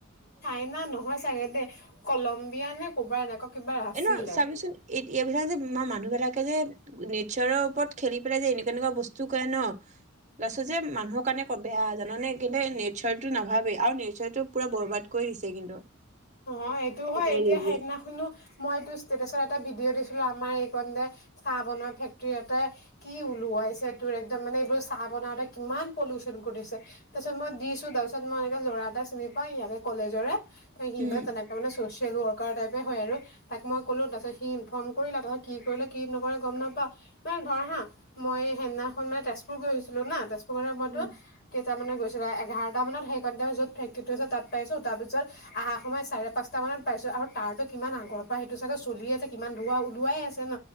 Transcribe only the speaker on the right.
এনেও চাবিচোন এইবিলাক যে মানুহ বিলাকে যে নেচাৰৰ ওপৰত খেলি পেলাই যে, এনেকুৱা-এনেকুৱা বস্তু কৰে ন'। পাছত যে, মানুহৰ কাৰণে ক বেয়া, জান নে, কিন্তু এই নেশ্চাৰটো নাভাবেই আৰু নেশ্চাৰটো পুৰা বৰবাদ কৰি দিছে কিন্তু।
টেকনলজিয়ে
উম
উম